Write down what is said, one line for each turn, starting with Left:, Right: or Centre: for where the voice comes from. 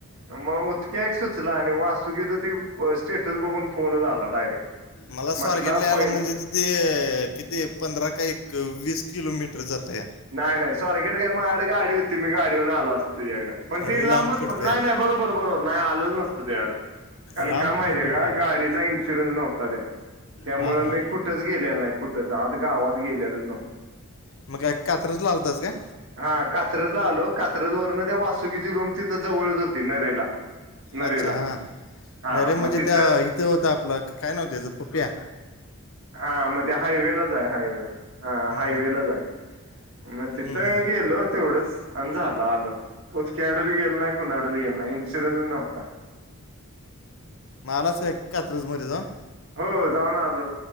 Right: मग उतक्या एक सुचला आणि वासुकीच त स्टेटस बघून फोन झाला डायरेक्ट
Left: मला स्वर्गेटला
Right: म्हटला
Left: यायला
Right: पहिला
Left: म्हणजे ते कती पंधरा का एक वीस किलोमीटर जात या
Right: नाही नाही सॉरकेट काय माझडडे गाडी होती मी गाडीहऊन आल असतो तझड पण ती
Left: अरे
Right: लांबच
Left: लांब पडतं
Right: नाही
Left: या
Right: नाही बरोबर बरोबर नाही आलंच नसतं त्याडं कारण
Left: लांब
Right: का माहिती आहे
Left: पडते
Right: का गाडीचा इन्शुरन्स नव्हता त्या त्यामुळे
Left: हां हां
Right: मी कुठ कुठच गेलेलं नाही कुठंचं आता गावात गेलेलंचव
Left: मग का कात्रच लालतच का
Right: हा कात्रज ला आलो कात्रज वरन त्या वास्ुकीची रूम तिथं जवळच होती नरेला नरेला
Left: अच्छा हा
Right: हा
Left: नाहीरे म्हणजे
Right: मग तिथं
Left: त्या ते होत आपलं काय नव्हत ज प्प्या
Right: हा मग त्या हायवेलाच आहे हायवेला हा
Left: हम्म
Right: हायवेलाच आहे म इथग
Left: हम्म हम्म
Right: यलो तेवढंच आणि झालं आलं उतक्याडडे बी गेल नाही कुणाड बी गेल नाही इन्शुरन्स नव्हता
Left: मलाच एक कात्रजमध्ये जाऊन.
Right: हो जाऊन आलं